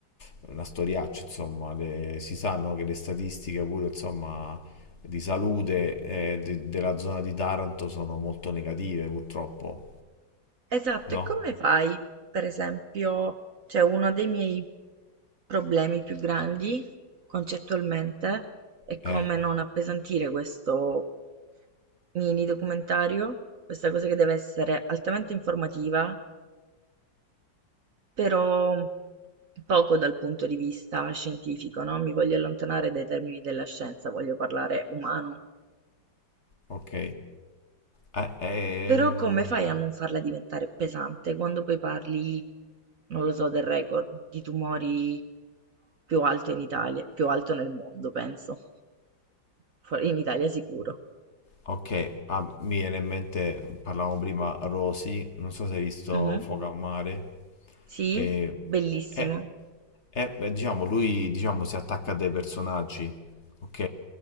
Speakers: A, on the left (about 40°); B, on the right (about 50°).
A: è una storiaccia, insomma, Le- si sanno che le statistiche pure, insomma, di salute eh, de- della zona di Taranto sono molto negative, purtroppo,
B: Esatto,
A: no?
B: e come fai? Per esempio, cioè uno dei miei problemi più grandi concettualmente è come
A: Eh,
B: non appesantire questo mini documentario, questa cosa che deve essere altamente informativa, però poco dal punto di vista scientifico, no? Mi voglio allontanare dai termini della scienza, voglio parlare umano.
A: ok. Eh, ehm,
B: Però come fai a non farla diventare pesante quando poi parli, non lo so, del record di tumori più alto in Italia, più alto nel mondo, penso. Fuori- In Italia sicuro.
A: Ok, ah, mi viene in mente, parlavamo prima, Rosy, non so se hai visto
B: Mhm.
A: Fuoco a Mare,
B: Sì?
A: e,
B: Bellissimo.
A: eh, eh, beh, diciamo, lui diciamo, si attacca a dei personaggi, ok?